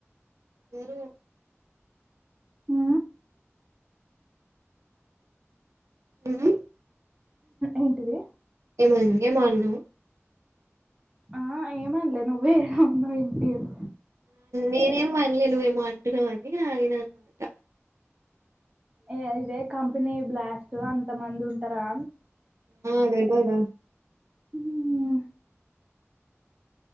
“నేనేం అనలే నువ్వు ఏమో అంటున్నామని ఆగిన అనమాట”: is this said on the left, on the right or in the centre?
Right